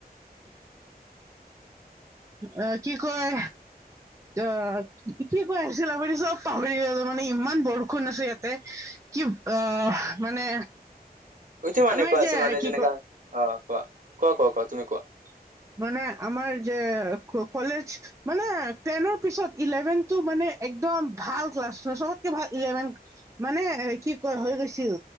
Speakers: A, on the right (about 55°); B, on the right (about 20°).
A: চিক।
B: অ কি কয় অ কি কৈ আছিল আপুনি চব পাহৰি গেল মানে। ইমান বৰষুণ আছো ইয়াতে কি অ মানে।
A: সটো মানে
B: আমাৰ
A: কোৱাচোন
B: যে
A: মানে
B: কি
A: যেনেকা
B: ক
A: অ কোৱা কোৱা কোৱা কোৱা তুমি কোৱা।
B: মানে আমাৰ যে কলেজ মানে টেনৰ পিছত ইলেভেনটো মানে একদম ভাল ক্লাছ চবতকে ভাল ইলেভেন মানে কি ক হৈ গৈছিল।